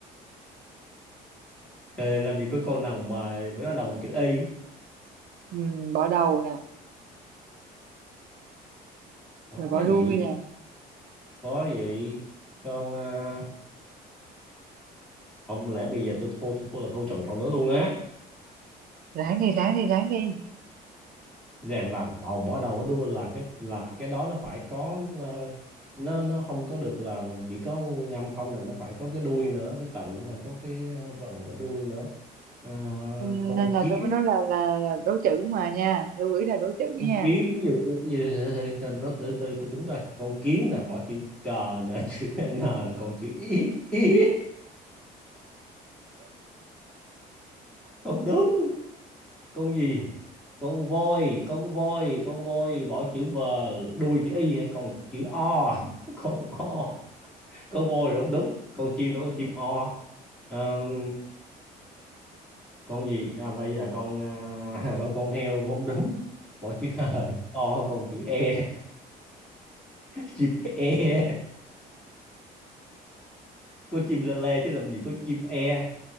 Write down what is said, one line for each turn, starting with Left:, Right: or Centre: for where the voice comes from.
Centre: Trời, làm gì có con nào mà với nó đầu bằng chữ y
Right: ừ. bỏ đầu nè
Centre: có
Right: rồi bỏ đuôi
Centre: gì
Right: nè
Centre: có gì con à, không lẽ bây giờ tôi thua tôi thua là thua chồng nhậu nữa luôn á
Right: ráng đi ráng đi ráng đi
Centre: Nè là đầu bỏ đầu ở đuôi là cái là cái đó nó phải có ờ, nó nó không có được là chỉ có nguyên âm không nè nó phải có cái đuôi nữa cái tự nó phải có cái ờ, vần ở đuôi nữa Ờ,
Right: Ừ,
Centre: con
Right: nên là
Centre: kiến
Right: tôi mới nói là là, là đố chữ mà nha lưu ý là đố chữ
Centre: con
Right: nha
Centre: kiến ví dụ ví dụ- từ, từ, từ, nó từ từ từ tính coi con kiến nè bỏ chữ cờ nè <laughs> chữ n là còn chữ ý ý không đúng con gì con voi con voi con voi bỏ chữ v đuôi chữ y hay còn chữ o <laughs> con o con voi thì không đúng con chim đó con chim o Ờm, con gì à, bây giờ con à, <laughs> con con heo cũng không đúng bỏ chữ hờ chữ o còn chữ e <laughs> chim e có chim lê lê chứ làm gì có chim e